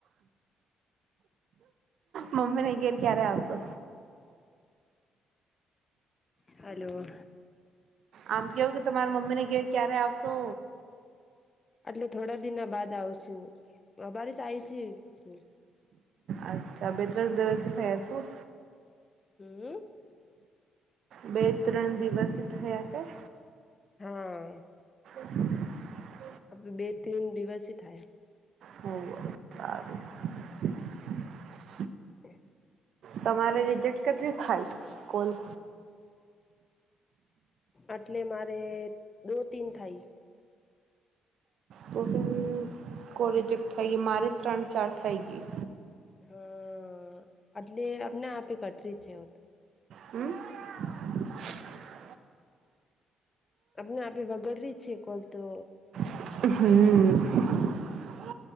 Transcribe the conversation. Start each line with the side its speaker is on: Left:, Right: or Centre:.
Right: મમ્મી ને ઘેર ક્યારે આવતો?
Left: હલો.
Right: આમ કેવું કે તમારા મમ્મીને કે ક્યારે આવશો?
Left: એટલે થોડા દિના બાદ આવશુ. અ બરે જ આવી છે તું
Right: અચ્છા બે ત્રણ દિવસથી થયા છું.
Left: હમ્મ.
Right: બે ત્રણ દિવસ થયા તા.
Left: હા.
Right: <inaudible>
Left: અબે બે તેન દિવસ થાય.
Right: હો સારું. <inaudible>
Left: <inaudible>
Right: તમારે રિજેક્ટ કેટલી થાય? કોલ?
Left: એટલે મારે દો તીન થાય.
Right: તો તીન <unintelligible> થઈ ગઈ મારે ત્રણ ચાર થઇ ગઈ.
Left: હા એટલે અમને આપે કટરી છે તો
Right: હમ્મ <inaudible>
Left: અમને આપી વાગડરી છે કોલ તો.
Right: હમ્મ <inaudible>